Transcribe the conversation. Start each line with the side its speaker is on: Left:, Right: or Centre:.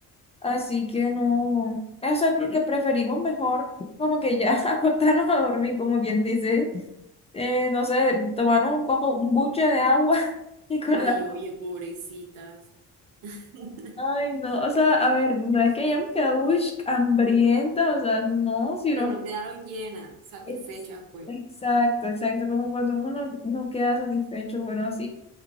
Left: Así que no, o sea, creo que preferimos mejor como que ya <laughs> acostarnos a dormir, como quien dice, eh, no sé, tomarnos un poco, un buche de agua <laughs> y con
Right: Ay,
Left: la...
Right: oye, pobrecitas. <laughs>
Left: Ay, no, o sea, a ver, no es que hayamos quedado uish, hambrienta, o sea, no, sino...
Right: Pero no quedaron llenas, satisfechas,
Left: Ex-
Right: pues.
Left: Exacto, exacto, como cuando uno no, no queda satisfecho, bueno, así.